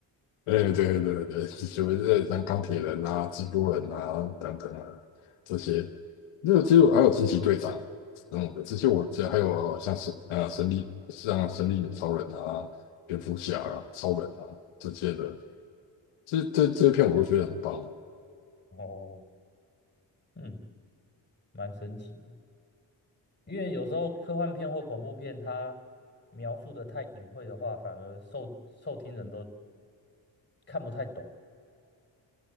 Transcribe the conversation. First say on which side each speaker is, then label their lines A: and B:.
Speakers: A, on the left; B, on the left.
A: 哎，对对对对，<laughs> 就是像钢铁人啊、蜘蛛人啊等等啊这些，那其实还有惊奇队长等等的这些我记得这还有像神啊神力像神力女超人啊、蝙蝠侠啊、超人啊这些的，这这这些片我都觉得很棒。
B: 哦，嗯，蛮神奇的。因为有时候科幻片或恐怖片，它描述的太隐晦的话，反而受受听人都看不太懂。